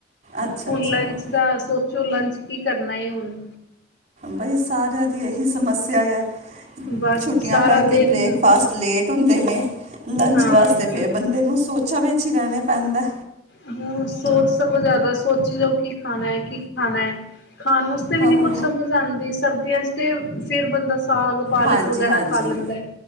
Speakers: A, on the right; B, on the left.
A: ਅੱਛਾ
B: ਹੁਣ
A: ਅੱਛਾ।
B: ਲੰਚ ਦਾ ਸ ਪੁੱਛੋ ਲੰਚ ਕੀ ਕਰਨਾ ਹੈ ਹੁਣ।
A: ਬਈ ਸਾਰਿਆਂ ਦੀ ਇਹੀ ਸਮੱਸਿਆ ਐ।
B: ਬਸ
A: ਛੁੱਟੀਆਂ
B: ਸਾਰਾ
A: ਕਰਕੇ
B: ਦਿਨ
A: ਬ੍ਰੇਕਫਾਸਟ ਲੇਟ ਹੁੰਦੇ ਨੇ। ਲੰਚ
B: ਹਾਂ
A: ਵਾਸਤੇ ਫੇਰ ਬੰਦੇ ਨੂੰ ਸੋਚਾ ਵਿੱਚ ਹੀ ਰਹਿਣਾ ਪੈਂਦਾ।
B: ਹਮ ਸੋਚ ਸਗੋ ਜ਼ਿਆਦਾ ਸੋਚੀ ਜਾਓ ਕੀ ਖਾਣਾ ਹੈ ਕੀ ਖਾਣਾ ਹੈ ਖਾਣ ਵਾਸਤੇ ਵੀ ਨਹੀਂ
A: ਆਹੋ।
B: ਕੁਝ ਸਮਝ ਆਂਦੀ ਸਰਦੀਆਂ ਚ ਤੇ ਫੇਰ ਬੰਦਾ ਸਾਗ, ਪਾਲਕ
A: ਹਾਂਜੀ
B: ਵਗੈਰਾ
A: ਹਾਂਜੀ
B: ਖਾ ਲੈਂਦਾ ਹੈ